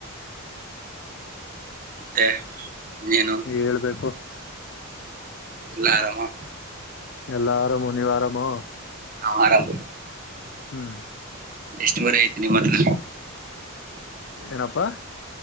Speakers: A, on the right; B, on the left.
A: ಮತ್ತೆ ನೀನು
B: ಹೇಳ್ಬೇಕು.
A: ಎಲ್ಲಾ ಆರಾಮ.
B: ಎಲ್ಲಾ ಆರಾಮು ನೀವ್ ಆರಾಮು.
A: ಹ ಆರಾಮ.
B: ಹ್ಮ್.
A: ಎಷ್ಟ ಮರೆ ಐತೆ ನಿಮ್ಮ ಹತ್ರ.
B: ಏನಪ್ಪಾ.